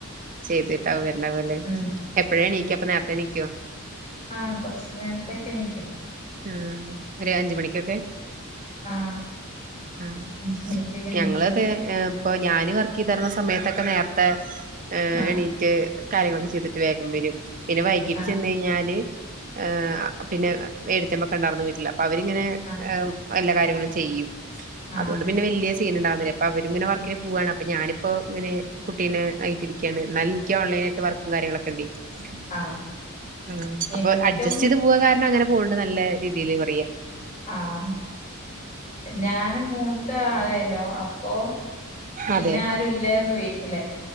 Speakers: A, on the right (about 40°); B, on the left (about 35°).
A: ചെയ്തിട്ടാവും വരണ പോലെ
B: ഉം
A: എപ്പഴാ എണിക്ക ഇപ്പ നേരത്തെ എണിക്കുവോ
B: ആഹ് കൊറച്ച് നേരത്തേ ഒക്കെ എണീക്കും
A: ഉം ഒരു അഞ്ച് മണിക്കൊക്കെ
B: ആഹ്
A: ആഹ്
B: അഞ്ച് മണിക്കൊക്കെ എണീക്കും
A: ഞങ്ങള് അതെ ഏഹ് അപ്പൊ ഞാന് വർക്ക് ചെയ്താരുന്ന സമയത്തൊക്കെ നേരത്തെ ഏഹ്
B: ആഹ്
A: എണീ റ്റ് കാര്യങ്ങളൊക്കെ ചെയ്തിട്ട് വേഗം വരും പിന്നെ വൈകീട്ട്
B: ആഹ്
A: ചെന്ന് കഴിഞ്ഞാല് ഏഹ് പിന്നെ ഏട്ടത്തിയമ്മ ഒക്കെ ഉണ്ടായിരുന്ന് വീട്ടില് അപ്പൊ അവര് ഇങ്ങനെ
B: ആഹ്
A: എഹ് എല്ലാ കാര്യങ്ങളും ചെയ്യും
B: ആഹ്
A: അതുകൊണ്ട് പിന്നെ വലിയ സീൻ ഉണ്ടാവുന്നില്ല ഇപ്പൊ അവരും ഇങ്ങനെ വർക്കിന് പോവയാണ് അപ്പൊ ഞാനിപ്പോ ഇങ്ങനെ കുട്ടീനെ ആയിട്ടിരിക്ക്യാണ് എന്നാലും എനിക്ക് ഓൺലൈനായിട്ട് വർക്കും കാര്യങ്ങളൊക്കെ <unintelligible>
B: ആഹ്
A: ഏഹ് അപ്പോൾ
B: എനിക്കും
A: അഡ്ജസ്റ്റ് ചെയ്ത് പോകാൻ കാരണം അങ്ങനെ പോവുണ്ട് നല്ല രീതിയിയില് പറയാം
B: ആഹ് ഞാനും മൂത്ത ആളായിരുന്നു അപ്പൊ പിന്നെ
A: അതെ
B: ആരു ഇല്ലായിരുന്ന് വീട്ടില്